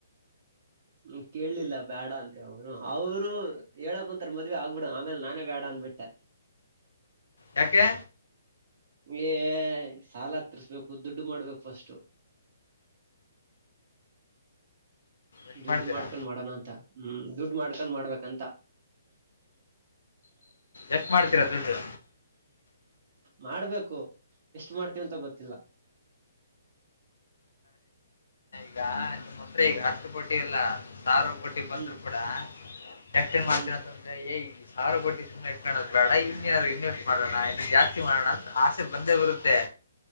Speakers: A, on the right; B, on the left.
A: ಹ್ಮ ಕೇಳಲಿಲ್ಲ ಬ್ಯಾಡ ಅಂತ ಹೇಳ ರು ಹೇಳಕ್ ಕುಂತಾರೆ ಮದ್ವೆ ಆಗ್ಬಿಡ ಆಮೇಲೆ ನಾನೇ ಬೇಡ ಅಂದಬಿಟ್ಟೆ
B: ಯಾಕೆ
A: ಗೆ ಸಾಲ ತಿರ್ಸ್ಬೇಕು ದುಡ್ಡು ಮಾಡ್ಬೇಕು ಫಸ್ಟ್ು
B: ಎಷ್ಟ್
A: ದುಡ್ಡು
B: ಮಾಡ್ತೀರಾ
A: ಮಾಡ್ಕೊಂಡ್ ಮಾಡೋಣ ಅಂತ ಹ್ಮ್ ದುಡ್ ಮಾಡ್ಕೊಂಡ ಮಾಡ್ಬೇಕಂತ
B: ಎಷ್ಟು ಮಾಡ್ತೀರಾ ದುಡ್ಡು
A: ಮಾಡ್ಬೇಕು ಎಷ್ಟ ಮಾಡ್ತೀವ ಅಂತ ಗೊತ್ತಿಲ್ಲ
B: ಈಗಾ ನಿಮ್ಮ್ ಹತ್ರ ಈಗ ಹಷ್ಟ ಕೊಟ್ಟವಲ್ಲ ಸಾವಿರ ಕೋಟಿ ಬಂದ್ರು
A: ಹ್ಮ್
B: ಕೂಡ ಎಕ್ಟ್ ಏನ್
A: ಹ್ಮ್
B: ಮಾಡ್ತೀನ ಅಂತಂದ್ರೆ ಏ ಸಾವಿರ ಕೋಟ ಸುಮ್ಮನೆ ಇಟ್ಕೋದ ಬೇಡ ಇನ್ನೇಏನಾದ್ರು ಇನ್ವೆಸ್ಟ್ ಮಾಡೋಣ ಇನ್ನು ಜಾಸ್ತಿ ಮಾಡೋಣ ಅಂತ ಆಸೆ ಬಂದೇ ಬರುತ್ತೆ